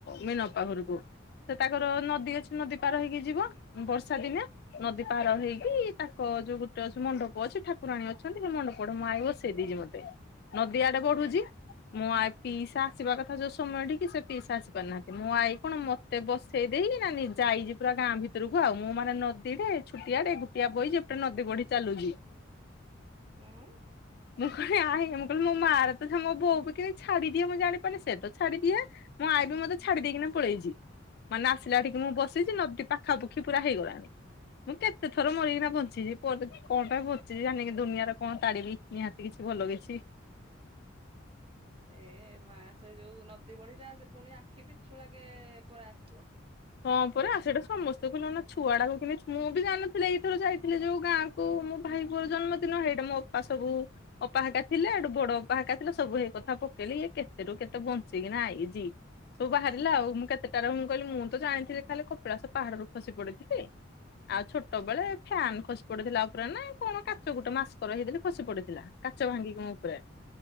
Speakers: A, on the left; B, on the right.
A: ମୀନ ପା ଘରକୁ ସେ ତାଙ୍କର ନଦୀ ଅଛି ନଦୀ ପାର ହେଇକି ଯିବ ବର୍ଷା ଦିନେ ନଦୀ ପାର ହେଇକି ତାଙ୍କ ଯୋଉ ଗୋଟେ ଅଛି ମଣ୍ଡପ ଅଛି ଠାକୁରାଣୀ ଅଛନ୍ତି ସେ ମଣ୍ଡପ <unintelligible> ନଦୀଆଡେ ବଢୁଛି
B: ହୁଁ
A: ମୁଁ ଆ ପିଇସା ଆସିବା କଥା ଯୋଉ ସମୟ ଟିକ କି ସେ ପିଇସା ଆସି ପାରୁନାହାନ୍ତି ମୁଁ ଆଇ କଣ ମତେ ବସେଇ ଦେଇକି ନା ଯାଇଛି ପୁରା ଗାଁ ଭିତରକୁ ଆଉ ମୁଁ ମାନେ ନଦୀଡେ ଛୁଟିଆଡେ ଗୁଟିଆ ବହି ଯେ ଏପଟେ ନଦୀ ବଢି ଚାଲୁଛି।
B: ଆଁ
A: ମୁଁ କହ ଆ ମୁଁ କହିଲି ମୋ ମା ର ତ ମୋ ବୋଉ ବି କିି ଛାଡି ଦିଏ ମୁଁ ଜାଣି ପାରୁନି ସେ ତ ଛାଡିଦିଏ ମୋ ଆଇ ବି ମତେ ଛାଡି ଦେଇକିନା ପଳେଇଛି। ମାନେ ଆସିଲା ଆଠିକି ମୁଁ ବସିଛି ନଦି ପାଖ ପାଖାପକ୍ଷି ପୁରା ହେଇଗଲାଣି ମୁଁ କେତେ ଥର ମରିକିନା ବଞ୍ଚିଛି କଣ ପାଇଁ ବଞ୍ଚିଛି ମୁଁ ଜାଣିକି ଦୁନିଆର କଣ ତାରିବି ନିହାତି କିଛି ଭଲ କିଛି।
B: ଏ ମା ସେ ଯୋଉ ନଦୀ ବଢିଟା ସେ ପୁଣି ଆଖି ପିଛୁଳା କେ ପଳେଇ ଆସିବ।
A: ହଁ ପରା ସେଟା ସମସ୍ତଙ୍କୁ ଜଣା। ଛୁଆଡା କ କିମ ମୁଁ ବି ଜାଣିନଥିଲି ଏଇଥର ଯାଇଥିଲି ଯୋଉ ଗାଁ କୁ ମୋ ଭାଇ ପୋଅର ଜନ୍ମଦିନ ହେଇଟା ମୋ ଅପା ସୁ ଅପାହାକା ଥିଲା ଏଠୁ ବଡ ଅପାହାକା ଥିଲା ସବୁ ହେଇ କଥା ପକେଇଲି ଇଏ କେତେ ରୁ କେତେ ବଞ୍ଚିକିନା ଏଇଜି ସବୁ ବାହାରିଲା ଆଉ ମୁଁ କେତେଟାରେ ମୁଁ କହିଲି ମୁଁ ତ ଜାଣିଥିଲି ଖାଲି କପିଳାସ ପାହାଡରୁ ଖସି ପଡିଥିଲି ଆଉ ଛୋଟ ବେଳେ ଫ୍ୟାନ ଖସି ପଡିଥିଲା ଉପରେ ନା କଣ କାଚ ଗୋଟେ ମାସ୍କର ହେଇଦଲି ଖସି ପଡିଥିଲା କାଚ ଭାଙ୍ଗିକି ମୋ ଉପରେ